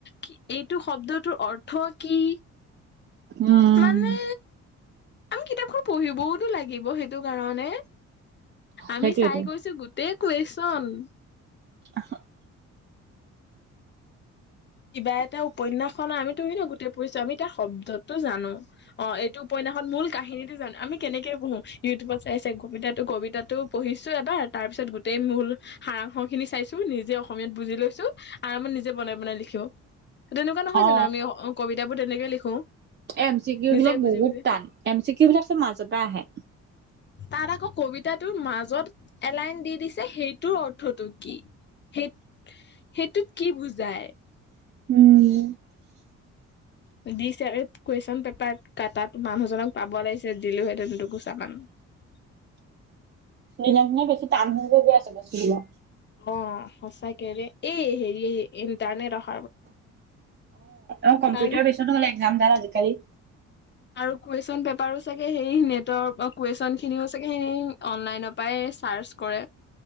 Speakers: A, on the left; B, on the right.
A: কি এইটো শব্দটোৰ অৰ্থ কি।
B: ওঁম।
A: মানে আমি কিতাপখন পঢ়িবওতো লাগিব সেইটো কাৰণে। আমি
B: সেইটোয়েতো
A: চাই গৈছো গোটেই কুৱেশ্যন।
B: আ হা <unintelligible>
A: কিবা এটা উপন্যাখনা আমিতো গোটেই পঢ়িছো আমি তাৰ শব্দতটো জানো। অ এইটো পন্যাসত মূল কাহিনীটো জানো আমি কেনেকে পঢ়ো ইউটিউবত চাই চাই কবিতাটো কবিতাটো পঢ়িছো এবাৰ তাৰ পিছত গোটেই মূল সাৰাং খিনি চাইছো নিজে অসমীয়াত বুজি লৈছো আমি নিজে বনাই বনাই লি ছ তেনেকুৱা নহয়
B: অ
A: জানো আমি অংক কিতাপবোৰ তেনেকে লিখো
B: এম চি কিউ
A: নিজে
B: বিলাক
A: বুজি
B: বহুত
A: বুজি
B: টান এম চি চিউ বিলাক মাহা চুকা আহে
A: তাত আকৌ কবিতাটোৰ মাজত এলাইন দি দি দিছে সেইটোৰ অৰ্থটো কি হিত সেইটোত কি বুজায় <unintelligible>
B: ওঁম
A: দিছে এড কুৱেশ্বন পেপাত কাতাত মানুহজনক পাব লাগিছে দিলোহেতেন দুঘোচা মান <unintelligible>
B: দিনক দিনে বেছি টান হৈ গৈছে আছে বেছি দিনক
A: অ সঁচাকে হেৰি ইণ্টাৰনেট অ <unintelligible>
B: অ কম্পিউটাৰ
A: কাৰণ
B: বেচন হলে একজাম দাল বিছাৰি
A: আৰু কুৱেশচন পেপাৰো চাগে সেই নেটৰ কুৱেশচন খিনিও চাগে সেই অনলাইনৰ পাই চা চাছ কৰে